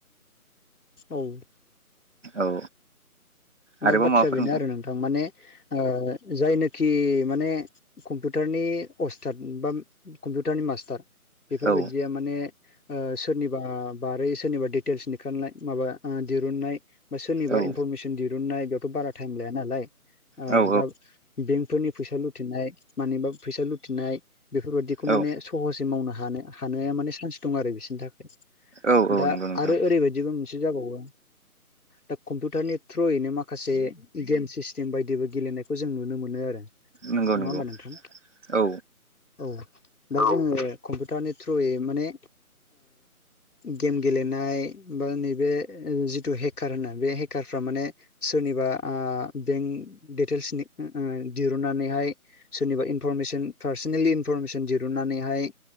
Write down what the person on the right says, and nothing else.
औ। आरोबाव
माबाफोर
औ
औ
औ
औ
औ औ
नंगौ नोंथां
नंगौ नंगौ
औ